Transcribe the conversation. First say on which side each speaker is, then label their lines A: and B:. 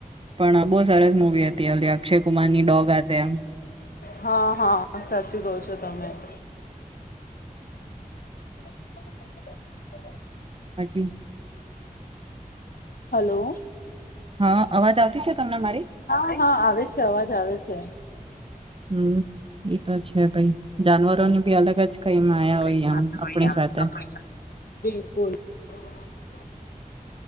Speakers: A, on the right; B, on the left.
A: પણ બહુ સરસ મુવી હતી ઓલી અક્ષય કુમારની ડોગ હાતે એમ
B: હા હા સાચું કો છો તમે. <inaudible> <inaudible>
A: બાકી
B: હલો
A: હા અવાજ આવતી છે. તમને મારી
B: હા હા આવે છે અવાજ આવે છે. અચ્છા
A: હમ એ તો છે ભાઈ જાનવરોની ભી અલગ જ
B: <inaudible>
A: કઈ માયા હોય આમ આપણી સાથે